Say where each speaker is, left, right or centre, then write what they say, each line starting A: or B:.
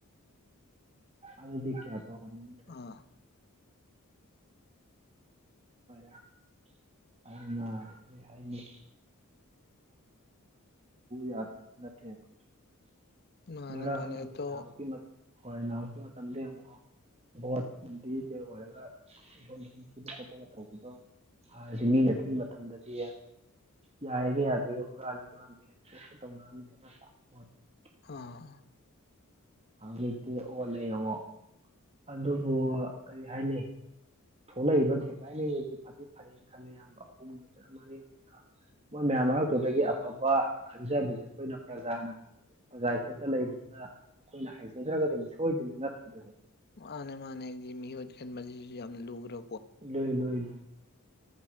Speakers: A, on the right; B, on the left.
A: ꯑꯗꯨꯗꯤ ꯀꯌꯥ ꯇꯧꯍꯟꯅꯤꯡ
B: ꯑꯥ
A: <unintelligible> ꯑꯗꯨꯅ ꯀꯩ ꯍꯥꯏꯅꯤ <unintelligible> <unintelligible>
B: ꯃꯥꯅꯦ ꯃꯥꯅꯦ ꯑꯩꯗꯣ
A: ꯚꯣꯠ ꯗꯤꯖꯤꯇꯦꯜ ꯑꯣꯏꯔꯒ ꯚꯣꯠ ꯃꯁꯤꯡ ꯊꯤꯕ ꯈꯣꯠꯄꯒ ꯇꯧꯕꯗꯣ ꯍꯥꯟꯅꯗꯤ ꯃꯤꯅ ꯊꯤ ꯃꯇꯝꯗꯗꯤ ꯌꯥꯏꯌꯦꯒ ꯌꯥꯗꯦꯒꯦ ꯍꯨꯔꯜꯂꯤꯒ ꯍꯨꯔꯥꯟꯗꯦ <unintelligible>
B: ꯑꯥ
A: ꯍꯧꯖꯤꯛꯇꯤ ꯑꯣꯜꯂꯦ ꯌꯦꯡꯉꯣ ꯑꯗꯨꯕꯨ ꯀꯩ ꯍꯥꯏꯅꯤ ꯊꯣꯛꯂꯛꯏꯕ ꯊꯦꯡꯒꯥꯏꯅꯒꯤꯕ ꯐꯗꯤ ꯐꯩꯌꯦꯅ ꯈꯜꯂꯦ ꯢꯌꯥꯝꯕ ꯑꯍꯨꯝ ꯑꯣꯏꯒꯦꯔ ꯃꯔꯤ ꯑꯣꯏꯒꯦꯔ ꯃꯣꯏ ꯃꯌꯥꯝ ꯃꯔꯛꯇꯨꯗꯒꯤ ꯑꯐꯕ ꯈꯟꯖꯕꯁꯦ ꯑꯈꯣꯏꯅ ꯄ꯭ꯔꯥꯖꯥꯅ ꯄꯔ꯭ꯖꯥꯏ ꯈꯨꯠꯇ ꯂꯩꯕꯅꯤꯅ ꯑꯈꯣꯏꯅ ꯍꯩꯖꯗ꯭ꯔꯒꯗꯤ ꯑꯗꯨꯝ ꯁꯣꯏꯗꯣꯏꯅꯤ ꯅꯠꯇ꯭ꯔ ꯑꯗꯨꯗꯤ
B: ꯃꯥꯅꯦ ꯃꯥꯅꯦ ꯍꯥꯢꯗꯤ ꯃꯤꯍꯨꯠ ꯈꯟꯕꯁꯤꯁꯨ ꯌꯥꯝꯅ ꯂꯨꯒ꯭ꯔꯥ
A: ꯂꯨꯢ ꯂꯨꯏ ꯂꯨꯏ